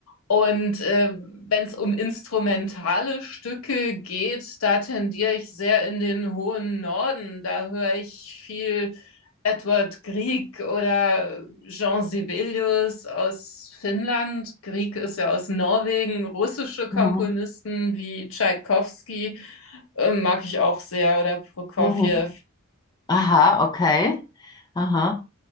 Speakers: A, on the left; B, on the left.
A: Und äh, wenn es um instrumentale Stücke geht, da tendiere ich sehr in den hohen Norden. Da höre ich viel Edward Grieg oder Jean Sibelius aus Finnland. Grieg ist ja aus Norwegen, russische Komponisten
B: Mhm,
A: wie Tschaikowski äh, mag ich auch sehr. Oder Prokofjew.
B: mhm. Aha, okay. Aha.